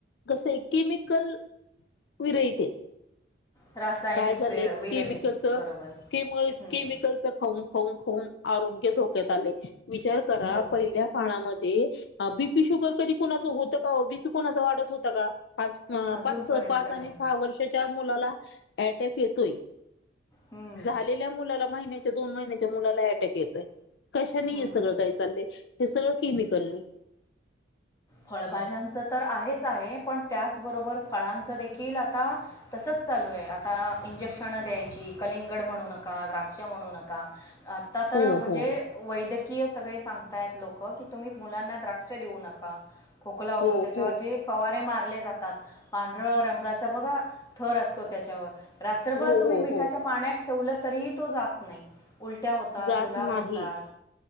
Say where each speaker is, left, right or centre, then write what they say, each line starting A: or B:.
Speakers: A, on the left; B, on the left.
A: कसं आहे केमिकल विरहित आहे.
B: रासायनिक
A: काय झालंय
B: वे विरहित
A: केमिकलच
B: बरोबर
A: केम
B: हं,
A: केमिकलचं खाऊन खाऊन खाऊन आरोग्य धोक्यात आलय. विचार करा
B: हो
A: पहिल्या काळामध्ये हा बी पी शुगर कधी कोणाचं होतं का ओ, बी पी कोणाचा वाढत होता का आज अ
B: अजूनपर्यंत
A: पाच पाच आणि
B: नाही
A: सहा वर्षाच्या मुलाला अटॅक येतोय
B: हं,
A: झालेल्या मुलाला महिन्याच्या दोन महिन्याच्या मुलाला अटॅक येतोय. कशाने
B: हं,
A: हे सगळं काही चाललंय? हे सगळं केमिकलने.
B: फळभाज्यांचं तर आहेच आहे पण त्याचबरोबर फळांचं देखील आता तसच चालू आहे. आता इंजेक्शनं द्यायची कलिंगड म्हणू नका, द्राक्ष म्हणू नका आ आता तर
A: हो
B: म्हणजे
A: हो
B: वैद्यकीय सगळे सांगताय आहेत लोकं की तुम्ही मुलांना द्राक्ष देऊ नका खोकला होतो
A: हो
B: त्याच्यावर
A: हो
B: जे फवारे मारले जातात. पांढरं रंगाचा बघा थर असतो त्याच्यावर रात्रभर
A: हो
B: तुम्ही
A: हो
B: मिठाच्या
A: हो
B: पाण्यात ठेवलं तरीही तो जात नाही. उलट्या होतात,
A: जात
B: जुलाब
A: नाही.
B: होतात